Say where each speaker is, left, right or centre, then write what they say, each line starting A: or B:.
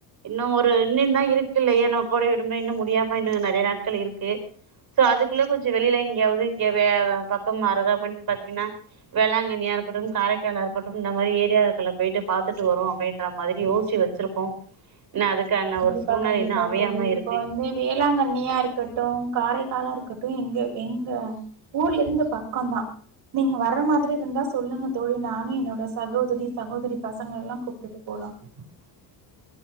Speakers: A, on the right (about 55°); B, on the right (about 70°).
A: இன்னு ஒ ரு இன்னு தா இருக்குல்லயா இன்னோ கோடை விடுமுறை இன்னு முடியாம இன்னு நறைய நாட்கள் இருக்கு சோ அதுக்குள்ள கொஞ்ச வெளியில எங்கேயாவது இங்க வே பக்கம் அருகாமன்னு பாத்தீங்கன்னா வேளாங்கண்ணியா இருக்கட்டு காரைக்காலா இருக்கட்டு இந்த மாரி ஏரியாக்கள போயிட்டு பாத்துட்டு வருவு அப்டின்ற மாதிரி யோசிச்சி வெ ச்சிருக்கோ இன்னு அதுக்கான
B: கண்டிப்பா
A: ஒரு சூழ்நெலை
B: கண்டிப்பா
A: இன்னு அமையாம
B: தோழி இப்ப
A: இருக்கு
B: வந்து வேளாங்கண்ணியா இருக்கட்டு காரைக்காலா இருக்கட்டு இங்க எங்க ஊர்ல இருந்து பக்கதா நீங்க வர மாதிரி இருந்தா சொல்லுங்க தோழி நானு என்னோட சகோதரி சகோதரி பசங்கள எல்லா கூப்டுட்டு போலா
A: <inaudible>